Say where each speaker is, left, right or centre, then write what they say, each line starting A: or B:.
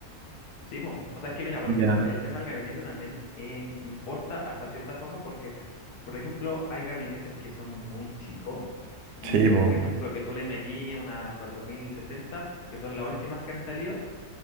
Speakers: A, on the left (about 85°); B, on the right (about 80°).
A: Sí, po. O sea, es que mira, por ejemplo,
B: Ya.
A: el tema del gabinete también eh, importa hasta cierta forma porque, por ejemplo, hay gabinetes que son muy chicos y,
B: Sí, po.
A: por ejemplo, que tú le metí una 4060, que son las últimas que han salido,